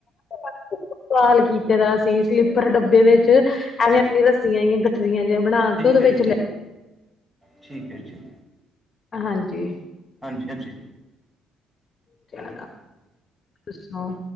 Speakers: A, on the left (about 40°); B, on the right (about 15°).
A: <unintelligible> ਦਾ ਸੀ ਸਲੀਪਰ ਡੱਬੇ ਵਿੱਚ ਐਵੇਂ ਆਪਣੀ ਰੱਸੀਆਂ ਆਈਆਂ। ਰੱਸੀਆਂ ਜਿਹੀਆਂ ਬਣਾ
B: ਠੀਕ
A: ਕੇ ਓਦੇ
B: ਹੈ ਜੀ
A: ਵਿੱਚ ਲੈ।
B: ਠੀਕ ਐ ਜੀ।
A: ਹਾਂਜੀ।
B: ਹਾਂਜੀ-ਹਾਂਜੀ।
A: ਤੁਸੀਂ ਸੁਣਾਓ?